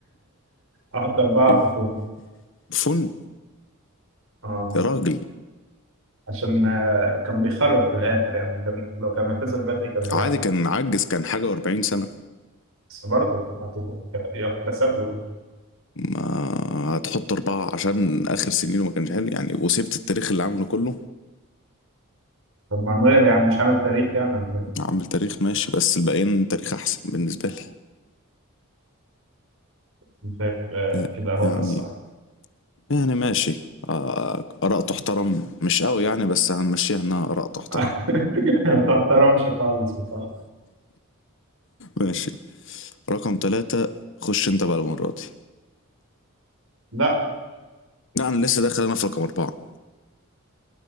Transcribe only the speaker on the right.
احط اربعه
بنفوذ
اه
عشان آه، كان بيخرب في الاخر يعني كان لو كان اعتزل بدري كان هيبقى
أحسن.
بس برضه ما تبقى- يحتسب له برضه
طب ما نوير يعني مش عامل تاريخ يعني ولا ايه؟
أنا شايف آه،
كده هو
ده الصح
<laughs> ما تحترمش خالص بصراحه
لا